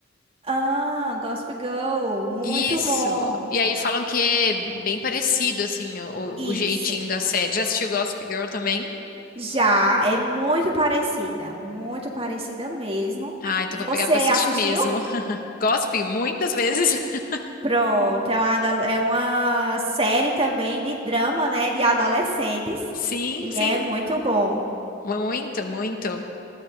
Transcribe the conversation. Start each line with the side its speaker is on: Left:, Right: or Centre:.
Right: Ah, Gossip Girl, muito
Left: Isso.
Right: bom.
Left: E aí falam que é bem parecido, assim, o,
Right: Isso.
Left: o jeitinho da série. Já assistiu Gossip Girl também?
Right: Já é muito parecida, muito parecida mesmo.
Left: Ah, então
Right: Você
Left: vou pegar pra assistir
Right: assistiu?
Left: mesmo. <laughs> Gossip muitas vezes. <laughs>
Right: Pronto, é uma, ado- é uma série também de drama, né, de adolescentes.
Left: Sim,
Right: E
Left: sim.
Right: é muito bom.
Left: Muito, muito.